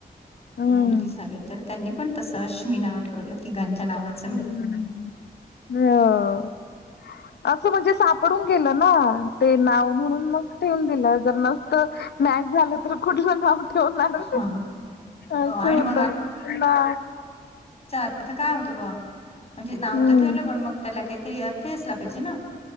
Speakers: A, on the left; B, on the left.
A: हम्म
B: मुलगी झाले तर त्यांनी पण तसं अश्मी नाव ठेवलं तिघांच्या नावात
A: हम् ह असं म्हणजे सापडून गेलं ना ते नाव म्हणून मग ठेवून दिलं जर न मॅच झालं तर कुठ ठेवणार
B: हा
A: असं
B: आणि
A: होत
B: मग
A: ना
B: आता काय होतं ब म्हणजे नाव
A: हम्म
B: तर ठेवलं पण मग त्याला काहीतरी अर्थ असला पाहिजे ना